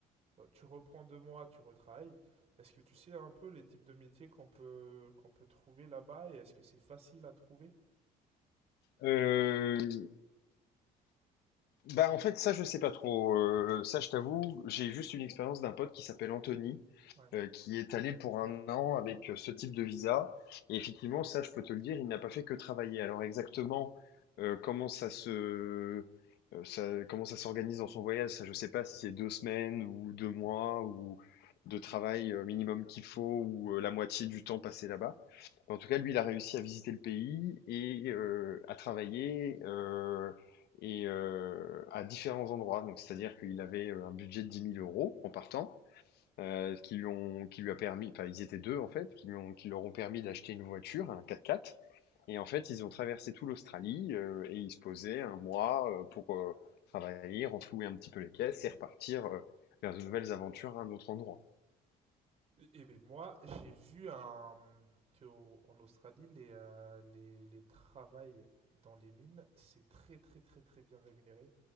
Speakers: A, on the right; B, on the left.
A: euh, tu reprends deux mois, tu retravailles. Est-ce que tu sais un peu les types de métiers qu'on peut, qu'on peut trouver là-bas et est-ce que c'est facile à trouver
B: Euh, Bah, en fait, ça, je sais pas trop. Euh, ça, je t'avoue, j'ai juste une expérience d'un pote qui s'appelle Anthony,
A: Ouais.
B: euh, qui est allé pour un an avec euh, ce type de visa. Et effectivement, ça, je peux te le dire, il n'a pas fait que travailler. Alors, exactement, euh, comment ça se, euh, ça, comment ça s'organise dans son voyage, ça, je sais pas si c'est deux semaines ou deux mois ou de travail euh, minimum qu'il faut ou euh, la moitié du temps passé là-bas. En tout cas, lui, il a réussi à visiter le pays et euh, à travailler. euh, et euh, à différents endroits. Donc, c'est-à-dire qu'il avait euh, un budget de dix mille euros en partant, euh, qui lui ont, qui lui a permis, enfin, ils étaient deux en fait, qui lui ont, qui leur ont permis d'acheter une voiture, un quatre-quatre, Et en fait, ils ont traversé tout l'Australie euh, et ils se posaient un mois euh, pour euh, travailler, renflouer un petit peu les caisses et repartir euh, vers de nouvelles aventures à un autre endroit.
A: Et ben moi, j'ai vu un... qu'en Australie, les, euh, les, les travails dans les mines, c'est très très très très bien rémunéré.